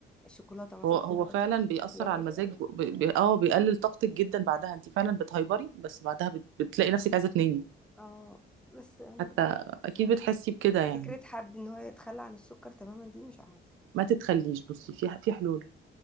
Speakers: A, in the centre; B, on the right.
A: الشوكولاته مثلا
B: هو هو
A: جربتي
B: فعلا
A: تاكلي
B: بيأثر
A: الشوكولاته
B: على المزاج
A: كده
B: ب- ب- اه بيقلل طاقتك جدا بعدها انت فعلا بتهيبري بس بعدها بت- بتلاقي نفسك عايزة تنامي
A: اه بس مش
B: حتى
A: عارفه
B: اكيد بتحسي بكده يعني
A: فكره حد ان هو يتخلى عن السكر تماما دي مش عارفه
B: ما تتخليش بصي في في حلول